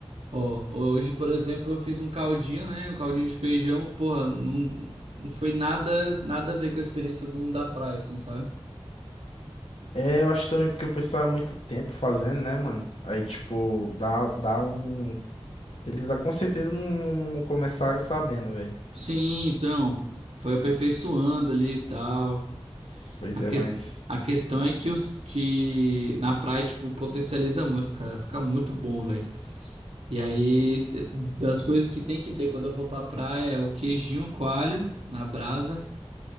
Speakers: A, on the right; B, on the left.
A: ó, hoje, por exemplo, eu fiz um caldinho, né? Um caldinho de feijão, porra, não, não foi nada, nada a ver com a experiência do um da praia, assim, sabe?
B: é, eu acho também porque o pessoal é muito tempo fazendo, né, mano? Aí, tipo, dá, dá um. Eles ah, com certeza não, não começaram sabendo, velho.
A: Sim, então, foi aperfeiçoando ali e tal.
B: Pois
A: A,
B: é,
A: ques-
B: mas.
A: a questão é que, os, que na praia, tipo, potencializa muito, cara. Fica muito bom, velho. E aí, te- das coisas que tem que ter quando eu for pra praia é o queijinho coalho na brasa.